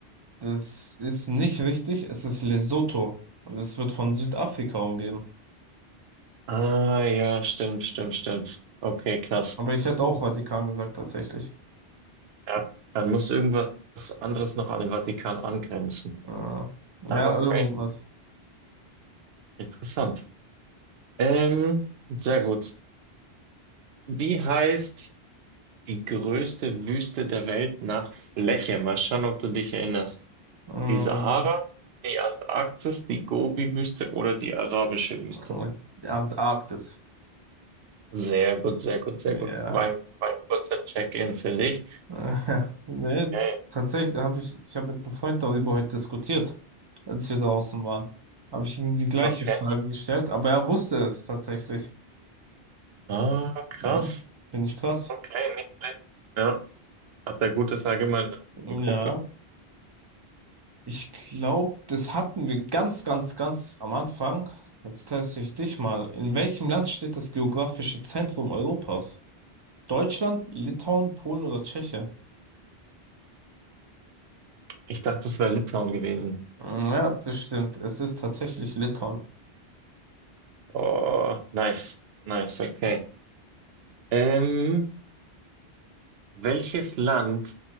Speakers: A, on the right (about 40°); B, on the right (about 75°).
A: Das ist nicht richtig, es ist Lesotho und es wird von Südafrika umgeben.
B: Ah, ja, stimmt, stimmt, stimmt. Okay, krass.
A: Aber ich hätte auch Vatikan gesagt, tatsächlich.
B: Ja, dann muss irgendwas anderes noch an den Vatikan angrenzen.
A: Äh, ja,
B: Aber crazy.
A: irgendwas.
B: Interessant. Ähm, sehr gut. Wie heißt die größte Wüste der Welt nach Fläche? Mal schauen, ob du dich erinnerst.
A: Mhm.
B: Die Sahara, die Antarktis, die Gobi-Wüste oder die arabische Wüste.
A: Und Antarktis.
B: Sehr gut, sehr gut, sehr gut.
A: Ja.
B: War ein, war ein kurzer Check-in für dich.
A: Äh, <laughs> Nee,
B: Okay,
A: tatsächlich habe ich, ich habe mit einem Freund darüber heute diskutiert, als wir draußen waren. Habe ich ihm die gleiche
B: okay.
A: Frage gestellt, aber er wusste es tatsächlich.
B: Ah, krass.
A: Ja. Finde ich krass.
B: Okay, nicht schlecht. Ja, hat er gutes Allgemeinwissen, mein
A: Ja.
B: Kumpel.
A: Ich glaube, das hatten wir ganz, ganz, ganz am Anfang. Jetzt teste ich dich mal. In welchem Land steht das geografische Zentrum Europas? Deutschland, Litauen, Polen oder Tschechien?
B: Ich dachte, das wäre Litauen gewesen.
A: Mm, Ja, das stimmt. Es ist tatsächlich Litauen,
B: Oh, nice, nice, okay. Ähm, Welches Land